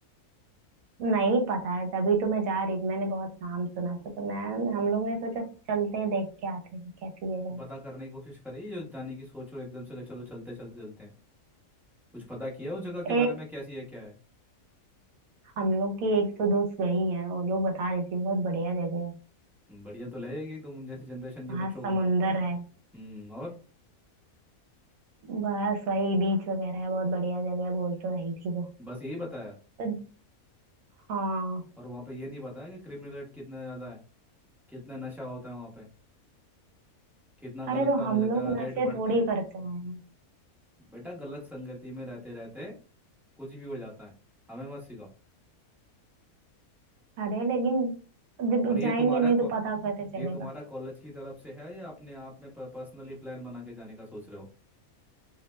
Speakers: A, on the right; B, in the centre.
A: नहीं पता है तभी तो मैं जा रही थी मैंने बहुत नाम सुना था तो मैं हम लोग ने सोचा चलते हैं देख के आते हैं कैसी जगह
B: तो पता करने की कोशिश करी जो जाने की सोच और एकदम से कहा, चलो चलते चलते चलते हैं कुछ पता किया उस जगह के
A: है
B: बारे
A: एक
B: में कैसी है क्या है
A: हम लोग की एक तो दोस्त गई है वो लोग बता रही थी बहुत बढ़िया जगह है
B: हम्म, बढ़िया तो लगेगी तुम जैसे जनरेशन के
A: वहाँ
B: बच्चों
A: समुंदर
B: को
A: है
B: हम्म और
A: बस वही बीच वगैरह है बहुत बढ़िया जगह है बोल तो रही थी वो
B: बस यही बताया
A: तो हाँ
B: और वहाँ पे ये नहीं बताया कि क्रिमिनल रेट कितना ज़्यादा है कितना नशा होता है वहाँ पे कितना
A: अरे
B: गलत
A: तो
B: काम
A: हम
B: हो जाता
A: लोग
B: है रेड
A: नशे
B: पड़ती
A: थोड़ी
B: है
A: करते हैं
B: बेटा गलत संगति में रहते रहते कुछ भी हो जाता है हमें मत सिखाओ
A: अरे लेकिन जब
B: और ये
A: जाएंगे
B: तुम्हारा
A: नहीं
B: को,
A: तो पता कैसे चलेगा
B: ये तुम्हारा कॉलेज की तरफ से है या अपने आप में पर्सनली प्लान बना के जाने का सोच रहे हो